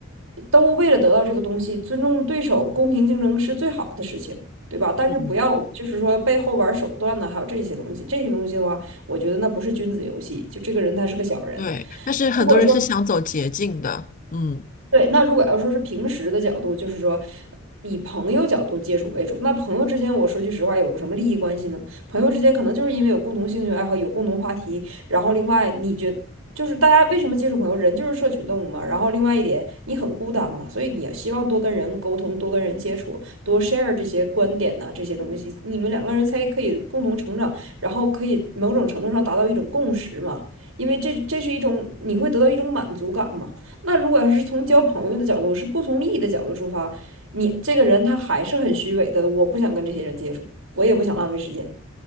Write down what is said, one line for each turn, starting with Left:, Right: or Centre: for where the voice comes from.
Right: 都为了得到这个东西，尊重对手，公平竞争是最好的事情，对吧？但是不要就是说背后玩手段呢，
Left: 嗯，
Right: 还有这些东西，这些东西的话，我觉得那不是君子游戏，就这个人他是个小人。
Left: 对，但是很多人是想走捷径的，
Right: 如果说
Left: 嗯。
Right: 对，那如果要说是平时的角度，就是说以朋友角度接触为主，那朋友之间，我说句实话，有什么利益关系呢？朋友之间可能就是因为有共同兴趣爱好，有共同话题，然后另外你觉就是大家为什么接触朋友？人就是社群动物嘛。然后另外一点，你很孤单嘛，所以你也希望多跟人沟通，多跟人接触，多 share 这些观点呐、这些东西，你们两个人才可以共同成长，然后可以某种程度上达到一种共识嘛。因为这这是一种你会得到一种满足感嘛。那如果要是从交朋友的角度，是不从利益的角度出发，你这个人他还是很虚伪的，我不想跟这些人接触，我也不想浪费时间。